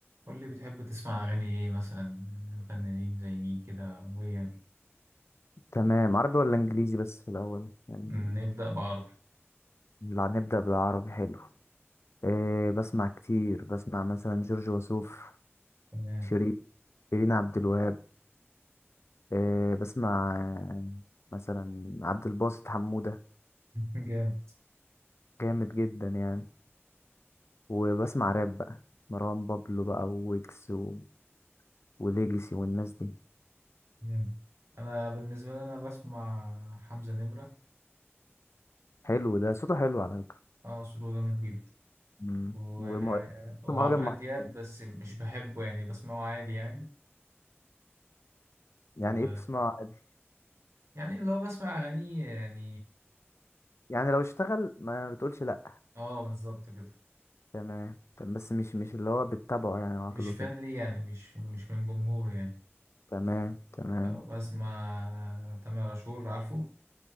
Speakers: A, on the right; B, on the left.
A: قول لي بتحب تسمع أغاني إيه مثلا فنانين زي مين كده وهي
B: تمام عربي ولا انجليزي بس في الاول يعني
A: نبدأ بعربي
B: لا، نبدأ بالعربي حلو إيه بسمع كتير بسمع مثلا جورج وسوف
A: تمام
B: شيرين شيرين عبد الوهاب إيه بسمع آه، مثلا عبد الباسط حمودة
A: <laughs> جامد
B: جامد جدا يعني وبسمع راب بقى مروان بابلو بقى وويجز و... وليجسي والناس دي
A: جامد أنا بالنسبة لي أنا بسمع حمزة نمرة
B: حلو ده صوته حلو على فكرة
A: أه صوته جامد جدا
B: مم.
A: و...
B: وم...
A: <laughs> وعمرو
B: مهرجان محترم
A: دياب بس مش بحبه يعني بسمعه عادي يعني
B: يعني
A: و...
B: ايه بتسمعه عادي
A: يعني اللي هو بسمع أغانيه يعني
B: يعني لو اشتغل ما بتقولش لا
A: أه بالظبط كده
B: تمام طب بس مش مش اللي هو بتتابعه يعني على
A: مش
B: طول وكده
A: فان ليه يعني مش مش من جمهور يعني
B: تمام تمام
A: آه، بسمع تامر عاشور عارفه